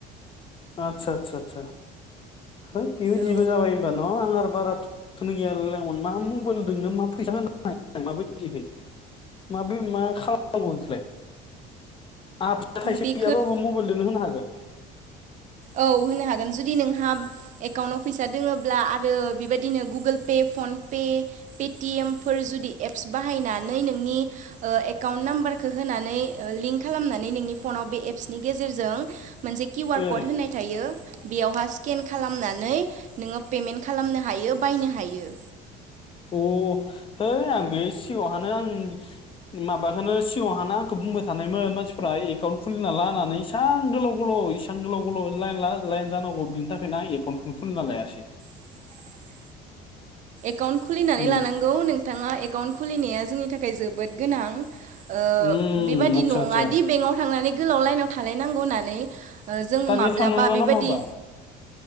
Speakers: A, on the left; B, on the right.
A: आतसा आत्सा सा होत बेबायदिबो
B: औ
A: जाबाय होनबा न आं आरो बारा खोनो गैया आरो आ मा मबाइल दोनो मा फैसा होन माबायदिहै। माब्रै मा खालामनांगौ बेखौलाय? आं फिसा थाइसे
B: बेखौ
A: गैयाबाबो मबाइलदो होनो हागोन?
B: औ होनो हागोन जुदि नोंहा एकाउन्टाव फैसा दोङला आरो बेबायदिनो Google Pay PhonePe Paytm फोर जुदि एप्स बाहायनानै नोंनि ओ एकाउन्टाम्बार फोरखो होनानै ओ लिंख खालामनानै नोंनि फनाव बे एपसनि गेजेरजों मोनसे किउ आर
A: ए
B: कड होनाय थायो बेयावहा स्केन खालामनानै नोङो पेमेन्ट खालामनो हायो बायनो हायो।
A: अ है आं बे सिगाङहानो आं माबाखौनो सिगाङावहानो आंखो बुंबाय थानायमोन मानसिफोरा एकाउन्ट खुलिना ला होननानै इसां गोलाव गोलाव इसेबां गोलाव गोलाव लायेन ला जांगौ बिनि थाखायनो आं एकाउन्टखौनो खुलिना लायासै।
B: <inaudible> एकाउन्ट खुलिनानै
A: उम
B: लानांगौ नोंथाङा एकाउन्ट खुलिनाया जोंनि थाखाय जोबोद गोनां ओ
A: उम
B: बेबादि
A: आदसा
B: नङादि
A: आदसा
B: बेंक थांनानै गोलाव लाइनाव थालायनांगौ होननानै। ओ जों
A: दा
B: माब्लाबा
A: नेट थानांला
B: बेबायदि
A: नामा होमबा